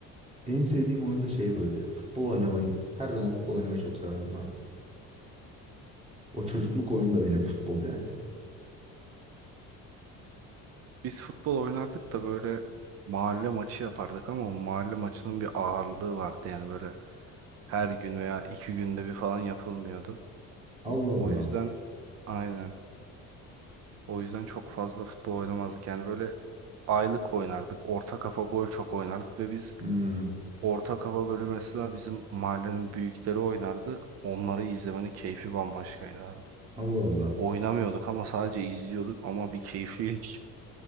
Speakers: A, on the right; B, on the right.
A: En sevdiğim oyun da şey böyle. Futbol oynamayı. Her zaman futbol oynamayı çok severdim abi. O çocukluk oyunu da benim futbol yani.
B: Biz futbol oynardık da böyle mahalle maçı yapardık ama mahalle maçının bir ağırlığı vardı. Yani böyle her gün veya iki günde bir falan yapılmıyordu.
A: Allah Allah.
B: O yüzden aynen. O yüzden çok fazla futbol oynamazdık. Yani böyle aylık oynardık. Orta kafa gol çok oynardık ve biz
A: Hmm.
B: Orta Kafa Gölü mesela bizim mahallenin büyükleri oynardı. Onları izlemenin keyfi bambaşkaydı abi.
A: Allah Allah.
B: Oynamıyorduk ama sadece izliyorduk ama bir keyifliydi.